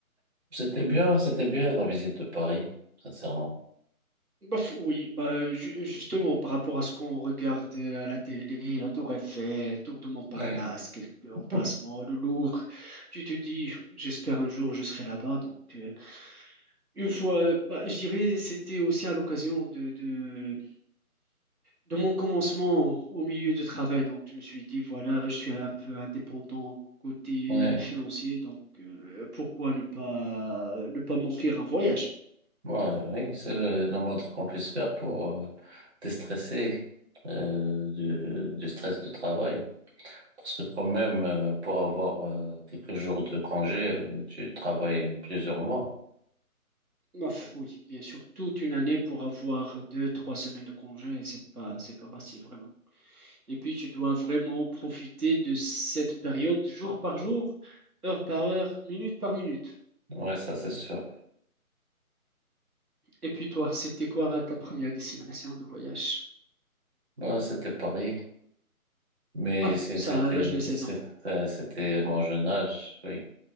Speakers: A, on the right (about 45°); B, on the right (about 80°).
A: c'était bien, c'était bien la visite de Paris, sincèrement.
B: Bah, f- oui, bah, ju- justement, par rapport à ce qu'on regarde euh, à la télé, la Tour Eiffel, Tour de Montparnasse,
A: Ouais.
B: quelques emplacements,
A: <laughs>
B: le Louvre, tu te dis, j'espère un jour je serai là-bas. Donc, euh, une fois, bah, je dirais, c'était aussi à l'occasion de, de, de mon commencement au milieu de travail. Donc, je me suis dit, voilà, je suis un peu indépendant côté
A: Ouais.
B: financier, donc euh, pourquoi ne pas, ne pas m'offrir un voyage?
A: Ouais, oui, c'est le- la moindre qu'on puisse faire pour euh, déstresser euh, du, du stress de travail. Parce que quand même, euh, pour avoir euh, quelques jours de congé, euh, tu travailles plusieurs mois.
B: Ouf, oui, bien sûr, toute une année pour avoir deux, trois semaines de congé, et c'est pas, c'est pas facile vraiment. Et puis tu dois vraiment profiter de cette période jour par jour, heure par heure, minute par minute.
A: Ouais, ça c'est sûr.
B: Et puis toi, c'était quoi ta première destination de voyage?
A: Bah, c'était Paris, mais
B: Ah,
A: c'est-
B: ça
A: c'était
B: à l'âge de seize
A: c'est-
B: ans.
A: euh, c'était mon jeune âge, oui.